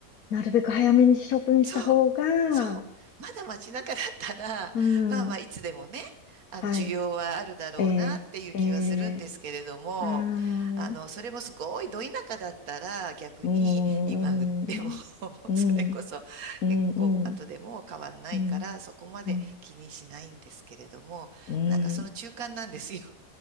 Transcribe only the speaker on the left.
なるべく早めに処分した方が、
うん、
はい、えー、えー、あー、
うーん、うん、
うん、
うん、うん、うん、うん、うん、